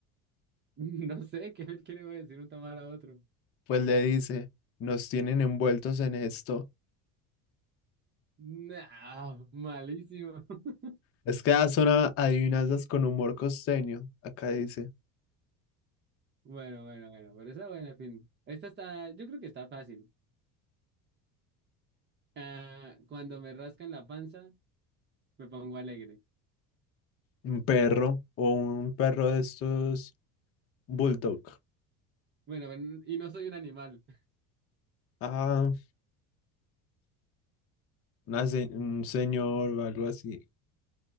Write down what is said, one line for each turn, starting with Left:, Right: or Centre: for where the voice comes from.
Right: <laughs> no sé, ¿qué, qué le voy a decir un tamal a otro?
Left: pues le dice, nos tienen envueltos en esto.
Right: No, malísimo. <laughs>
Left: Es que ya son a- adivinanzas con humor costeño. Acá dice,
Right: Bueno, bueno, bueno, pero esa buena, en fin. Esta está, yo creo que está fácil. Ah, cuando me rascan la panza, me pongo alegre.
Left: un perro o un perro de estos bulldog.
Right: Bueno, ven- y no soy un animal.
Left: Ah, una se- un señor o algo así.